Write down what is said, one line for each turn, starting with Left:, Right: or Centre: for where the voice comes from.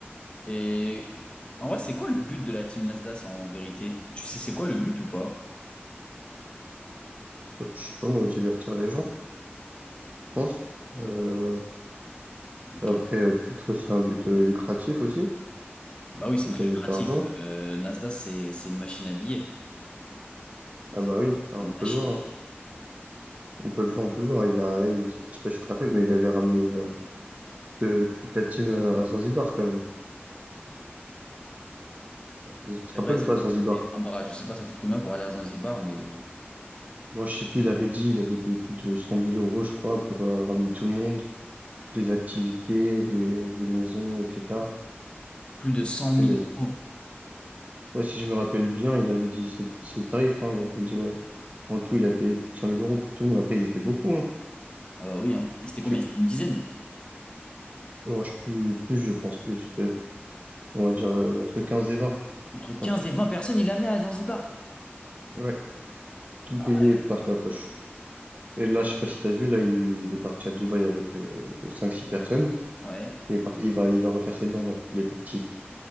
Left: Et en vrai, c'est quoi le but de la team Nasdaq en vérité? Tu sais, c'est quoi le but ou pas?
Right: Hop, Je sais pas, moi, divertir les gens, je pense. Euh,
Left: Ok.
Right: Après, euh, peut-être aussi un but euh, lucratif aussi,
Left: Bah oui, c'est
Right: de
Left: très
Right: gagner
Left: lucratif.
Right: de l'argent.
Left: Euh, Nasdaq, c'est c'est une machine à billets.
Right: Ah
Left: C'est
Right: bah oui,
Left: c'est
Right: ça on
Left: une
Right: peut
Left: machine.
Right: le voir, hein. On peut le voir, on peut le voir. Il a, il- je sais pas si tu te rappelles, mais il avait ramené euh, de- toute la team euh, à Zanzibar quand même. Tu
Left: Ça,
Right: te
Left: C'est
Right: rappelles
Left: vrai, ça,
Right: ou pas
Left: ça
Right: à Zanzibar?
Left: doit coûter un bras. Je sais pas, ça coûte combien pour aller à Zanzibar, mais
Right: Moi je sais plus, il avait dit, il avait payé plus de cent mille euros je crois pour euh, ramener tout le monde, toutes les activités, les, les maisons, etc.
Left: Plus de cent
Right: Tu
Left: mille
Right: vois, il avait-
Left: euros.
Right: Ouais, si je me rappelle bien, il avait dit ce, ce tarif, hein. Il avait dit ouais. En tout, il a payé plus de cent mille euros pour tout le monde. Après, ils étaient beaucoup, hein.
Left: Ah bah oui, hein. Et c'était
Right: Je
Left: combien?
Right: sais,
Left: C'était une dizaine.
Right: oh, je- plus, plus je pense, plus, euh, on va dire euh, entre 15 et 20, je
Left: Entre 15
Right: pense.
Left: et 20 personnes, il amenait à Zanzibar.
Right: Ouais, Tout
Left: Ah
Right: payé
Left: ouais?
Right: par sa poche. Et là, je sais pas si t'as vu, là, il, il est parti à Dubaï avec euh, 5-6 personnes.
Left: Ouais.
Right: Il est parti, il va, il va refaire ses dents, là. Il est parti.